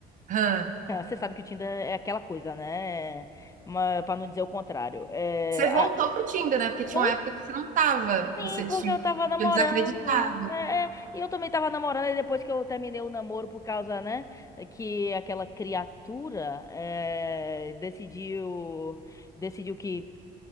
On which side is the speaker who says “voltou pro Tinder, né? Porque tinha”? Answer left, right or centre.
Right